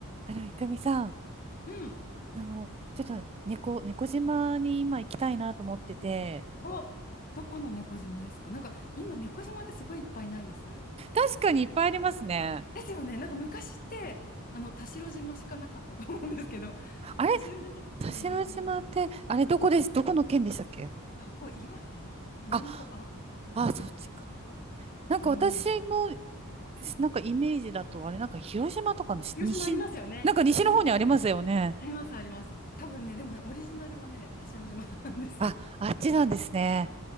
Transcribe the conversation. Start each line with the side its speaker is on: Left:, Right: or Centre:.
Right: あの、いくみさん、
Left: うん。
Right: あの、ちょっと猫、猫島に今行きたいなと思ってて、
Left: お、どこの猫島ですかなんか今猫島ってすごいいっぱいないです
Right: 確かにいっぱいありますね。
Left: ですよね。なんか昔ってあの田代島しかなかったと思うんですけど、<laughs>
Right: あれ、
Left: 田代島ってすごい有、
Right: 田代島って、
Left: 有名な。
Right: あれ、どこです、どこの県でしたっけ
Left: どこ岩手上の方、
Right: あ、
Left: あ、あっちの方、
Right: あ、そっちか。
Left: い
Right: なんか私の、
Left: うん。
Right: なんかイメージだと、あれ、なんか広島とかのし西、
Left: 広島ありますよね。
Right: なんか西の方にありますよね。
Left: ありますあります。ありますあります。多分ね、でもね、オリジナルはね、田代島なんですよ。
Right: あ、あっちなんですね。